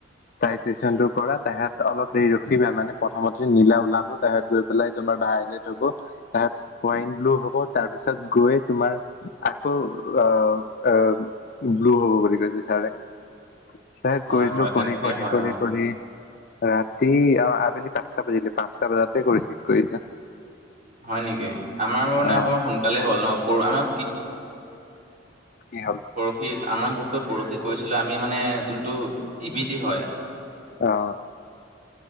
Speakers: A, on the left; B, on the right.
A: তাইটেচনটো কৰা তাহত অলপ দেৰি ৰখিবা মানে প্ৰথমতে নীলা ওলাব তাহত গৈ পেলাই তোমাৰ ভাইলেত হব তাত ওৱাইন ব্লু হ'ব তাৰপিছত গৈ তোমাৰ আকৌ অ ব্লু হ'ব বুলি কৈছে ছাৰে তাহঁত
B: হয়
A: কৰি দিলোঁ
B: হয় তেনেকে
A: কৰি কৰি
B: হয়
A: কৰি
B: অ
A: কৰি ৰাতি অ আবেলি পাঁচটা বাজিলে পাঁচটা বজাতে কৰি শেষ কৰিছো
B: হয় নেকি, আমাৰ মানে
A: আহ
B: অকমান সোনকালে হ'ল ন পূৰ আমাৰ
A: কি হ'ল
B: পৰখি আমাৰ গ্ৰুপটো পৰখি কৰিছিলে আমি মানে যোনটো ইবিটি হয়।
A: আহ অ